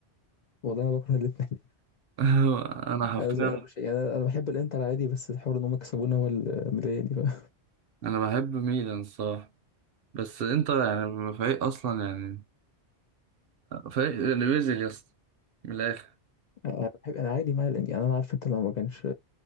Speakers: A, on the left; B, on the right.
A: والله أنا بكره الاتنين
B: <laughs> انا حرفيا
A: أز- أنا مش يعني أنا أنا بحب الإنتر عادي بس الحوار إن هم كسبونا هو اللي مضايقني بقى
B: انا بحب ميلان الصراحه بس انت يعني فريق اصلا يعني فريق اللي بيزل يا اسطى من الاخر
A: أنا بحب أنا عادي مع الإنتر يعني أنا عارف أنت لو ما كانش